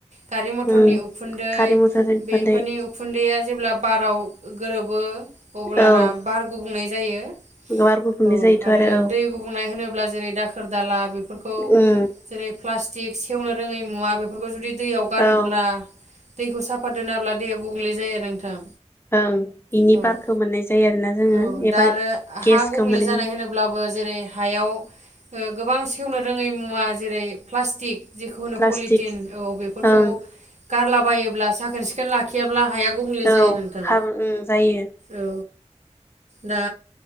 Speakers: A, on the right; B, on the left.
A: गारि मथरनि
B: उम
A: उखुन्दै
B: गारि मथर उखुन्दै
A: बेफोरनि उखुन्दैया जेब्ला बाराव गोरोबो अब्लाना
B: औ
A: बार गुबुंनै ज जायो।
B: बार गुबुंले
A: औ
B: जायोथ' आरो औ
A: दै गुबुंनाय होनोब्ला जेरै दाखोर दाला बेफोरखौ
B: उम
A: जेरै प्लास स्टिक सेवनो रोङै मुवा बेफोरखौ जुदि दैयाव गारोब्ला
B: औ
A: दैखौ साफा दोनाब्ला दैया गुबुंले जायो आरो नोंथां
B: ओं बेनि
A: औ
B: बारखौ मोननाय जायो आरोना जोङो
A: औ दा
B: एबा
A: आरो हा
B: गेसखौ
A: गुबुंले
B: मोने
A: जानाय होनोब्लाबो जेरै हायाव ओ गोबां सेवनो रोङै मुवा जेरै प्लास्टिक जिखु
B: प्लास्टिक
A: पलिटिन औ बेफोरखौ
B: ओं
A: गारलाबायोब्लासो साखोन सिखोन ला खियाब्ला हाया गुबुंले
B: औ
A: जायो नोंथां
B: हाबो ओं जायो
A: औ दा